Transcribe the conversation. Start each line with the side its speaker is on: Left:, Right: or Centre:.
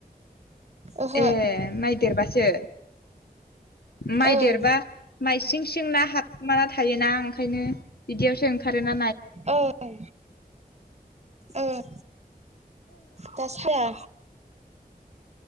Right: ओहो
Left: ए माइ देरबासो माइ
Right: ओं
Left: देरबा मायसिं सिं ना हाबखुमाना थायोना ओंखायनो बिदियावसो ओंखारो ना
Right: ओं ओं दा साया